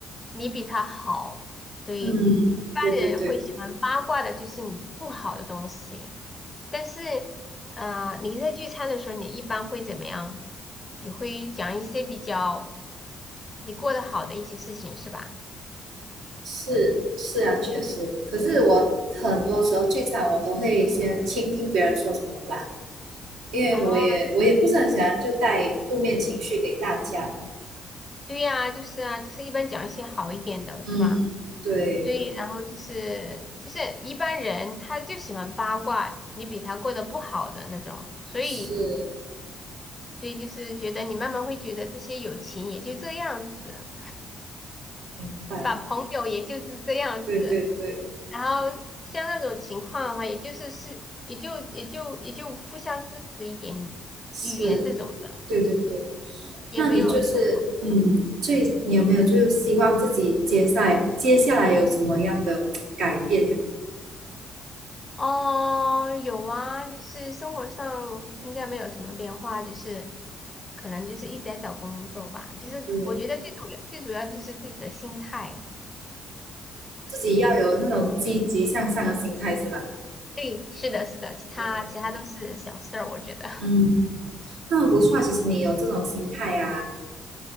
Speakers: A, on the left; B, on the right.
A: 你比他好，所以一般人会喜欢八卦的就是你不好的东西。
B: 嗯，对对对，
A: 但是，呃，你在聚餐的时候，你一般会怎么样？你会讲一些比较你过得好的一些事情，是吧？
B: 是是啊，确实。
A: 嗯，
B: 可是我很多时候聚餐，我都会先倾听别人说什么吧，因为我也我也不是很喜欢就带负面情绪给大家嘛
A: 哦，对呀，就是啊，就是一般讲一些好一点的，
B: 嗯，
A: 是吧？
B: 对，
A: 对，然后就是就是一般人他就喜欢八卦你比他过得不好的那种，所以
B: 是，
A: 所以就是觉得你慢慢会觉得这些友情也就这样子，
B: 明白。
A: 把朋友也就是这样子，
B: 对对对，
A: 然后像那种情况的话，也就是是也就也就也就互相支持一点
B: 是，
A: 语言这种的，
B: 对对对。
A: 也没有什么。
B: 那你就是，嗯，最，你有没有就是希望自己接下来接下来有什么样的改变呀？
A: 哦，有啊，就是生活上应该没有什么变化，就是可能就是一直在找工作吧。就是我觉得最主要最主要就是自己的心态。
B: 对，自己要有那种积极向上的心态是吧？
A: 对，是的，是的，其他其他都是小事儿，
B: 对，
A: 我觉得
B: 嗯，那很不错啊其实你有这种心态啊，